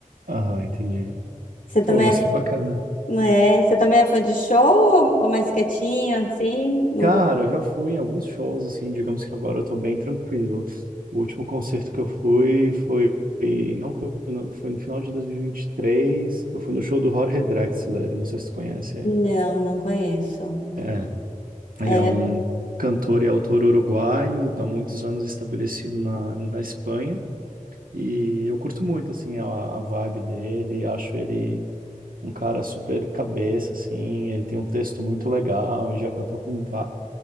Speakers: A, on the right; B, on the left.
A: aham, entendi.
B: Você também
A: Pô, mas
B: é,
A: que bacana.
B: não é, você também é fã de show ou, ou mais quietinho, assim? Não,
A: Cara,
B: go-
A: eu já fui em alguns shows, assim, digamos que agora eu tô bem tranquilo. O último concerto que eu fui foi. Não foi no, foi no final de 2023. Eu fui no show do Jorge Drexler, não sei se tu conhece ele.
B: não, não conheço.
A: É, ele
B: É,
A: é um cantor e autor uruguaio, há muitos anos estabelecido na, na Espanha. E eu curto muito, assim, a, a vibe dele, acho ele um cara super cabeça, assim, ele tem um texto muito legal e já cantou com va-